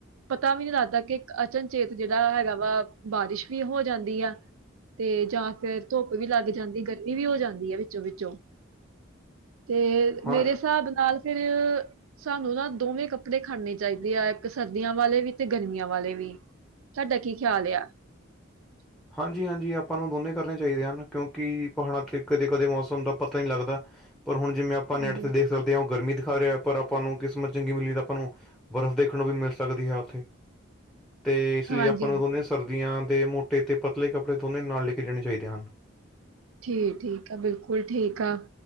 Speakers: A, on the right; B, in the centre.
A: ਪਤਾ ਵੀ ਨਹੀਂ ਲੱਗਦਾ ਕਿ ਅਚਨਚੇਤ ਜਿਹੜਾ ਹੈਗਾ ਵਾ ਬਾਰਿਸ਼ ਵੀ ਹੋ ਜਾਂਦੀ ਆ। ਤੇ ਜਾਂ ਫਿਰ ਧੁੱਪ ਵੀ ਲੱਗ ਜਾਂਦੀ। ਗਰਮੀ ਵੀ ਹੋ ਜਾਂਦੀ ਐ ਵਿੱਚੋਂ-ਵਿੱਚੋਂ। ਤੇ
B: ਹਾਂ
A: ਮੇਰੇ ਹਿਸਾਬ ਨਾਲ ਫਿਰ ਸਾਨੂੰ ਨਾ ਦੋਵੇਂ ਕੱਪੜੇ ਖੜਨੇ ਚਾਹੀਦੇ ਆ। ਇੱਕ ਸਰਦੀਆਂ ਵਾਲੇ ਵੀ ਤੇ ਗਰਮੀਆਂ ਵਾਲੇ ਵੀ। ਤੁਹਾਡਾ ਕੀ ਖਿਆਲ ਐ। <inaudible>
B: ਹਾਂਜੀ-ਹਾਂਜੀ, ਆਪਾਂ ਨੂੰ ਦੋਨੇ ਕਰਨੇ ਚਾਹੀਦੇ ਹਨ ਕਿਉਂਕਿ ਪਹਾੜਾਂ 'ਚ' ਕਦੇ -ਕਦੇ ਮੌਸਮ ਦਾ ਪਤਾ ਨੀ ਲੱਗਦਾ। ਪਰ ਹੁਣ ਜਿਵੇਂ ਆਪਾਂ
A: ਹਾਂਜੀ
B: ਨੈੱਟ 'ਤੇ ਦੇਖ ਸਕਦੇ ਆ। ਉਹ ਗਰਮੀ ਦਿਖਾ ਰਿਹਾ ਪਰ ਆਪਾਂ ਨੂੰ ਕਿਸਮਤ ਚੰਗੀ ਮਿਲੀ ਤਾਂ ਆਪਾਂ ਨੂੰ ਬਰਫ਼ ਦੇਖਣ ਨੂੰ ਵੀ ਮਿਲ ਸਕਦੀ ਏ ਉੱਥੇ ਤੇ ਇਸ
A: ਹਾਂਜੀ
B: ਲਈ ਆਪਾਂ
A: ਹਾਂ
B: ਨੂੰ ਦੋਨੇ ਸਰਦੀਆਂ ਦੇ ਮੋਟੇ ਤੇ ਪਤਲੇ ਕੱਪੜੇ ਦੋਨੇ ਨਾਲ ਲੈ ਕੇ ਜਾਣੇ ਚਾਹੀਦੇ ਹਨ।
A: ਠੀਕ- ਠੀਕ ਆ। ਬਿਲਕੁਲ ਠੀਕ ਆ।